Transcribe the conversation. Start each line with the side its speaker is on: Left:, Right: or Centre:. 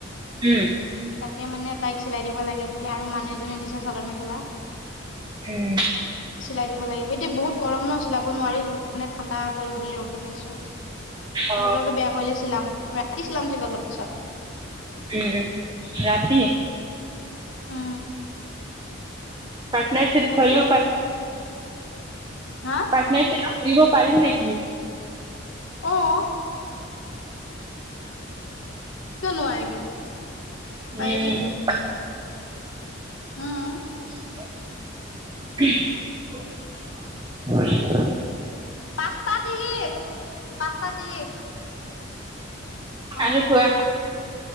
Right: <inaudible> উম।
Left: তাকে মানে তাইক চিলাই দিব লাগে বোলে আৰু মানুহ এজনীয়ে দিছে চাদৰ মেখেলা
Right: উম
Left: চিলাই দিব লাগিব, এতিয়া বহুত গৰম ন চিলাব নোৱাৰি সেইকাৰণে ঠাণ্ডা পৰিব বুলি ৰখি আছো,
Right: অ
Left: বতৰটো বেয়া কৰিলে চিলাম ৰাতি চিলাম চাগে অলপ পিছত।
Right: উম, ৰাতি
Left: উম
Right: পাৰ্টনাৰশ্বিপ
Left: ৰাতিয়ে
Right: কৰিব
Left: চিলাব পাৰি হা?
Right: <inaudible> কৰিব পাৰিম নেকি?
Left: অঁ কিয় নোৱাৰিবি যে পাৰিবিতো
Right: উম
Left: উম। <inaudible>
Right: <unintelligible>
Left: পাঁচটা ত্ৰিশ, পাঁচটা ত্ৰিশ অ
Right: আৰু কোৱা।